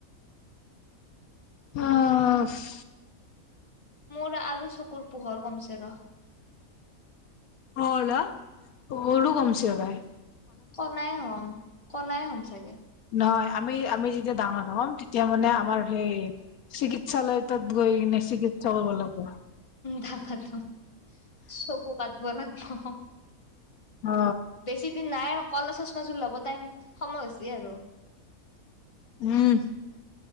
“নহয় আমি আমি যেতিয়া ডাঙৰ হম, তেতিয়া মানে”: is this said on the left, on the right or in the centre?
Left